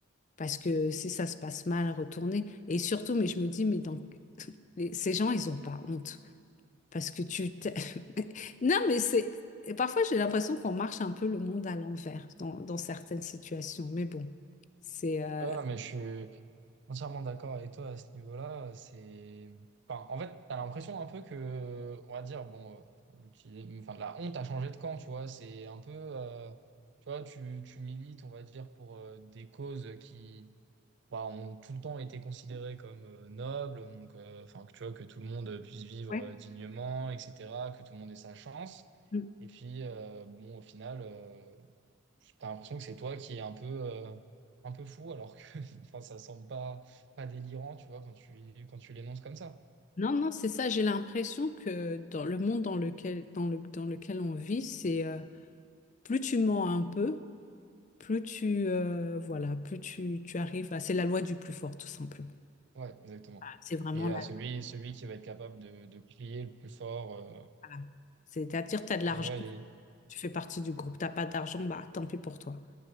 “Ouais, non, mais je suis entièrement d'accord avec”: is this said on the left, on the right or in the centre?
Right